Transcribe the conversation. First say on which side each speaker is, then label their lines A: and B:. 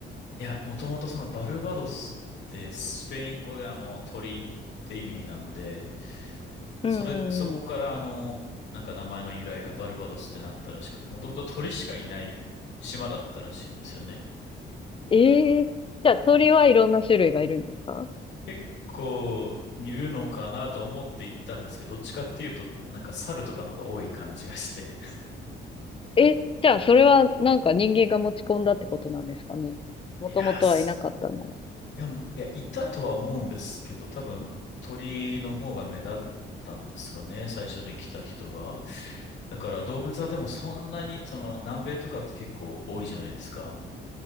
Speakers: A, on the left (about 65°); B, on the left (about 25°).
A: いや、もともとそのバルバドスってスペイン語であの、鳥って意味なんで、
B: うんうんうん。
A: それ、そこからあの、なんか名前の由来がバルバドスってなったらしくて、もともと鳥しかいない島だったらしいんですよね。
B: ええじゃあ鳥はいろんな種類がいるんですか
A: 結構いるのかなと思って行ったんですけど、どっちかっていうと、なんか猿とかのが多い感じがして。
B: え、じゃあそれはなんか人間が持ち込んだってことなんですかね。もともとはいなかったなら。
A: いやー、そいや、もいや、いたとは思うんですけど、多分鳥の方が目立ったんですかね、最初に来た人が。だから動物はでもそんなに、
B: うん。
A: その南米とかって結構多いじゃないですか。